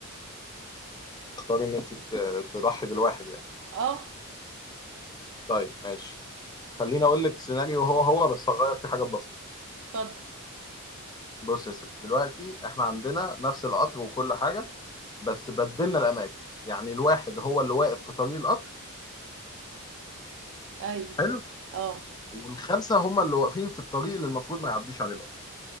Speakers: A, on the left; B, on the right.
A: تختاري ان انت ت- تضحي بالواحد يعني
B: اه
A: طيب ماشي خليني اقول لك سيناريو هو هو بس هغير فيه حاجات بسيطه
B: اتفضل
A: بص يا ست دلوقتي احنا عندنا نفس القطر وكل حاجه بس بدلنا الاماكن يعني الواحد هو اللي واقف في طريق القطر
B: اي
A: حلو
B: اه
A: والخمسه هم اللي واقفين في الطريق اللي المفروض ما يعديش عليه القطر